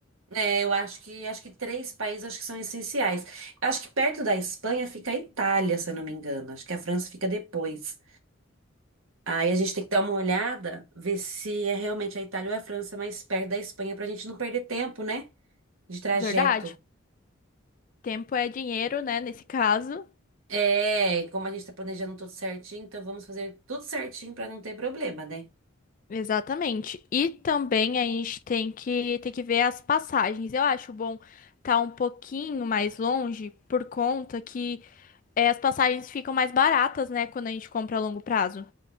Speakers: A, on the right; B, on the left.
A: É, eu acho que acho que três países acho que são essenciais. Eu acho que perto da Espanha fica a Itália, se eu não me engano. Acho que a França fica depois. Aí a gente tem que dar uma olhada, ver se é realmente a Itália ou a França mais perto da Espanha pra gente não perder tempo, né? De trajeto.
B: Verdade? Tempo é dinheiro, né? Nesse <laughs> caso.
A: É, e como a gente tá planejando tudo certinho, então vamos fazer tudo certinho pra não ter problema, né?
B: Exatamente. E também a gente tem que tem que ver as passagens. Eu acho bom estar um pouquinho mais longe por conta que é, as passagens ficam mais baratas, né, quando a gente compra a longo prazo.